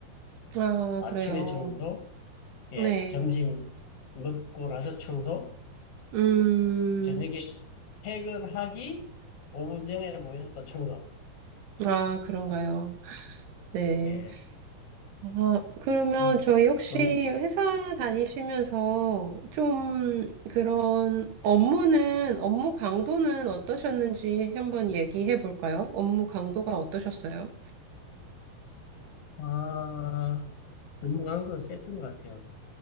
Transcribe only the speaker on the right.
아,
그래요.
네.
음,
아, 그런가요. 네.
아, 그러면
저희 혹시
회사 다니시면서 좀 그런 업무는, 업무 강도는 어떠셨는지 한번 얘기해 볼까요? 업무 강도가 어떠셨어요?